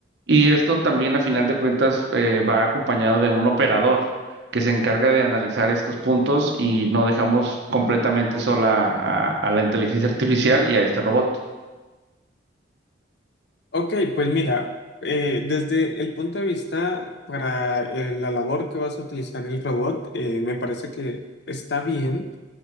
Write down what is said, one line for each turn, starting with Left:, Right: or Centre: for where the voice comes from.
Right: Y esto también, a final de cuentas, eh, va acompañado de un operador que se encarga de analizar estos puntos y no dejamos completamente sola a, a la inteligencia artificial y a este robot.
Left: Ok, pues mira, eh, desde el punto de vista para eh, la labor que vas a utilizar el robot, eh, me parece que está bien.